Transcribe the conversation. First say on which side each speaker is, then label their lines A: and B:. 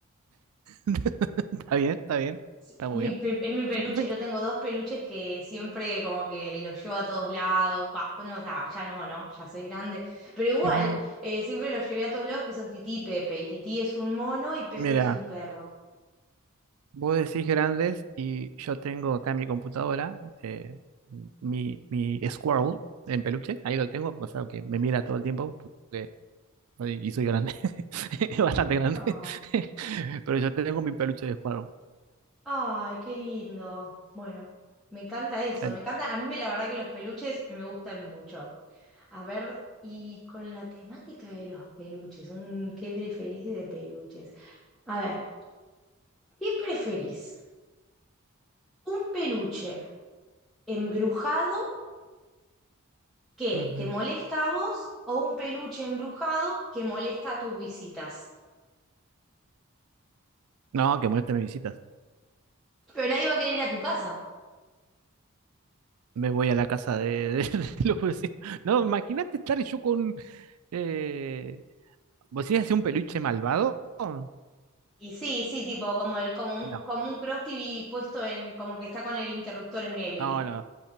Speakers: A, on the right (about 80°); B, in the centre.
A: <laughs> Está bien, está bien,
B: Sí,
A: está muy
B: mi-
A: bien,
B: mi- es mi peluche,
A: está perfecto.
B: yo tengo dos peluches que siempre como que los llevo a todos lados. Va, bueno, o sea, ya no, ¿no? Ya soy grande. Pero igual,
A: Ujú.
B: eh, siempre los llevé a todos lados que son Tití y Pepe. Y Tití es un mono y Pepe
A: Mira,
B: es un perro.
A: vos decís grandes y yo tengo acá en mi computadora eh, mi, mi Squirrel en peluche, ahí lo tengo, o sea, que me mira todo el tiempo, porque Ay, Y soy grande, <laughs> bastante grande.
B: Ah,
A: <laughs> Pero yo tengo mi peluche de Squarrow.
B: ay, qué lindo. Bueno, me encanta eso,
A: Dale.
B: me encanta. A mí me- la verdad que los peluches me gustan mucho. A ver, y con la temática de los peluches, un, ¿qué preferís de peluches? A ver, ¿qué preferís? ¿Un peluche? embrujado que
A: Ujú.
B: te molesta a vos o un peluche embrujado que molesta a tus visitas.
A: No, que moleste mis visitas.
B: Pero nadie va a querer ir a tu casa.
A: Me voy a la casa de, de- <laughs> de los vecinos. No, imagínate estar yo con. Eh... ¿Vos decís un peluche malvado? No,
B: Y sí, sí, tipo, como el, como un,
A: no,
B: como un Cross TV puesto en, como que está con el interruptor en Evil.
A: no, no.